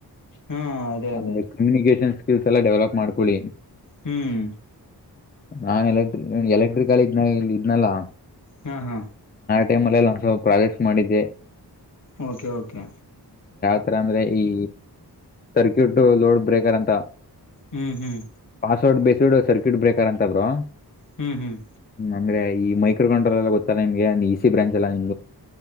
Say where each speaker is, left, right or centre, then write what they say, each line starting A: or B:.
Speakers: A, on the left; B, on the left.
A: ಹಾ ಅದೇ
B: ಆಮೇಲೆ
A: ಅದೇ
B: ಕಮ್ಯುನಿಕೇಶನ್ ಸ್ಕಿಲ್ಸ್ ಎಲ್ಲ ಡೆವಲಪ್ ಮಾಡ್ಕೊಳ್ಳಿ
A: ಹ್ಮ್
B: ನಾನ್ ಎಲೆಕ್ಟ್ರಿ ಎಲೆಕ್ಟ್ರಿಕಲ್ ಇದ್ನ ಇದ್ನಲ್ಲಾ
A: ಹಾ ಹಾ
B: ಟೈಮ್ಲ್ಲಲ್ಲ ಒಂದ್ಸಲ ಪ್ರಾಜೆಕ್ಟ್ಸ್ ಮಾಡಿದ್ದೆ
A: ಓಕೆ ಓಕೆ
B: ಹತ್ರ ಅಂದ್ರೆ ಈ ಸರ್ಕ್ಯೂಟ್ ಲೋಡ್ ಬ್ರೇಕರ್ ಅಂತ
A: ಹ್ಮ್ ಹ್ಮ್
B: ಅಸೊಡ್ ಬೇಸಿಡ್ ಸರ್ಕ್ಯೂಟ್ ಬ್ರೇಕರ್ ಅಂತ ಬ್ರೋ
A: ಹ್ಮ್ ಹ್ಮ್
B: ಅಂದ್ರ ಈ ಮೈಕ್ರೋ ಕಂಟ್ರೋಲ್ಲ್ಲೊತ್ತ ನಿಮಗೆ ಇ ಸಿ ಬ್ರಾಂಚ್ ಲ ನಿ